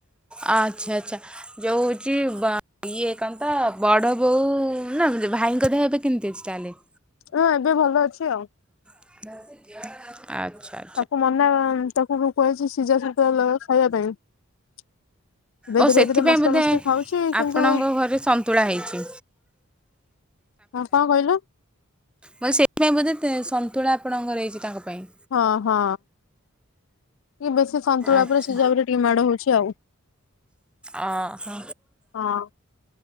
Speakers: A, in the centre; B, on the left.
A: ଆଚ୍ଛା। ଆଚ୍ଛା। ଯୋଉ ହଉଛି ଇଏ କନ୍ତା ବଡ ବୋଉ ନା ଭାଇଙ୍କ ଦେହ ଏବେ କିିମିଟିଅଛି ତାହେଲେ?
B: ହ ଏବେ ଭଲ ଅଛି ଆଉ।
A: <unintelligible> ଆଚ୍ଛା।
B: ତାକୁ ମନା ତାକୁ ବି କୁହାଯାଇଛି ସିଝା ସିଜା ଖାଇବା ପାଇଁ। ଏବେ
A: ଓ
B: ଧୀରେ
A: ସେଥିପାଇଁ
B: ଧୀରେ ମସଲା
A: ବୋଧେ
B: ମସଲା ଖାଉଛି କିନ୍ତୁ
A: ଆପଣଙ୍କ ଘରେ ସନ୍ତୁଳା ହେଇଛି
B: ହଁ, କଣ କହିଲ?
A: ବ <unintelligible> ସେଇଥିପାଇଁ ବୋଧେ ସନ୍ତୁଳା ଆପଣଙ୍କର ହେଇଛି ତାଙ୍କ ପାଇଁ?
B: ହଁ ହଁ ଇଏ ବେଶୀ ସନ୍ତୁଳା
A: ଆଚ୍ଛା
B: ପରେ ସିଝାବରେ ଟିକେ ମାଡ ହୋଉଚି ଆଉ।
A: ଓହୋ
B: ହଁ